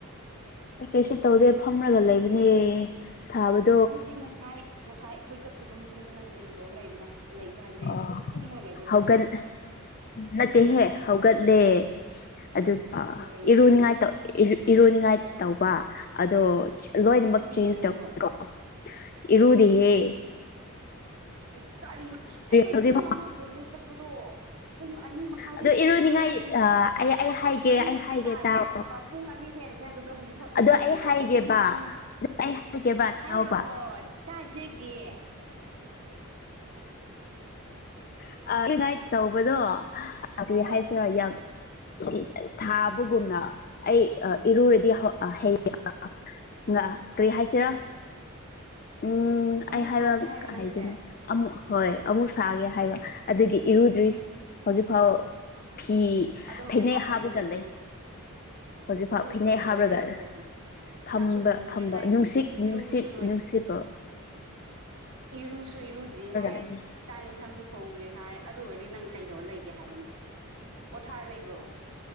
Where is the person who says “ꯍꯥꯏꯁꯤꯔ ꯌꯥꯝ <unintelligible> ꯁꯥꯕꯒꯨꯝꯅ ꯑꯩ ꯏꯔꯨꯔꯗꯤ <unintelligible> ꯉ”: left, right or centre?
Left